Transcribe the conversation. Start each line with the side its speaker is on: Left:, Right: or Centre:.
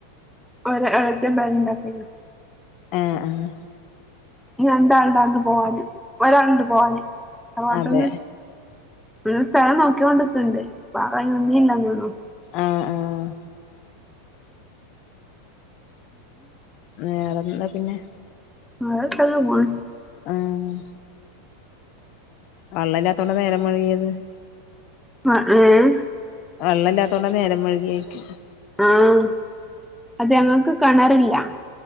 Centre: ഒരളച്ഛൻ പെരണ്ടാക്കണ്.
Left: ഏഹ് ആഹ്
Centre: രണ്ടാള്ണ്ട് ആണ്ട് പോവാന് ഒരാള്ണ്ട് പോവാന് തറവാട്ടിൽ
Left: അതെ
Centre: നിന്ന് ഒരു സ്ഥലം നോക്കിക്കൊണ്ട് നിക്ക്ണ്ട് ഇപ്പൊ ആരും അയ്‌ന് നിന്നീല്ലാനൊള്ളൂ
Left: ആഹ് ആഹ് വേറെന്താ പിന്നെ
Centre: ആ സ്ഥലം <unintelligible>
Left: ആഹ് വള്ളല്ലാത്തോണ്ട നേരം വൈകിയത്
Centre: ആഹ് ഏഹ്
Left: വെള്ളല്ലാത്തോണ്ടാ നേരം വൈകിയതെന്ന് ചോയ്ക
Centre: ആഹ് അത് ഞങ്ങക്ക് കിണറില്ല